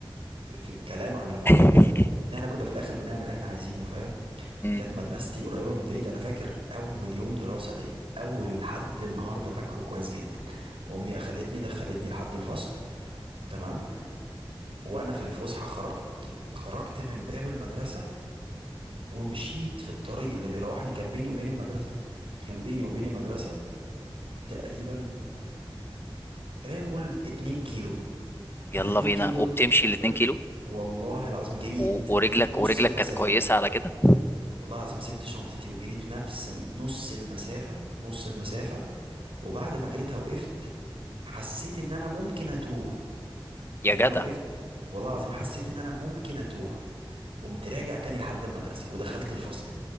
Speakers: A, on the right; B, on the left.
A: في الكلام عن الموضوع
B: <laughs>
A: ده إن احنا كنا في الاخر بنعمل اللي احنا عايزينه فاهم
B: مم.
A: كانت مدرستي قريبه من ديت انا فاكر اول يوم دراسه ليا اول يوم لحد النهارده فاكره كويس جدا وامي اخدتني دخلتني لحد الفصل تمام وانا في الفسحه خرجت خرجت من باب المدرسه ومشيت في الطريق اللي بيروحني كان بيني وبين المدرسه كان بيني وبين المدرسه تقريبا خلينا نقول 2 كيلو
B: يلا
A: الاتنين
B: بينا
A: كيلو دول
B: وبتمشي الاتنين
A: ال-
B: كيلو
A: والله العظيم جريت
B: و-
A: جريت
B: ورجلك
A: نص
B: ورجلك
A: المسافة
B: كانت كويسه على كده
A: والله العظيم سبت شنطتي وجريت نفس نص المسافة نص المسافة وبعد ما جريتها وقفت حسيت ان انا ممكن اتوه
B: يا
A: يعني
B: جدع
A: انا وقفت والله العظيم حسيت ان انا ممكن اتوه قمت راجع تاني لحد المدرسة ودخلت الفصل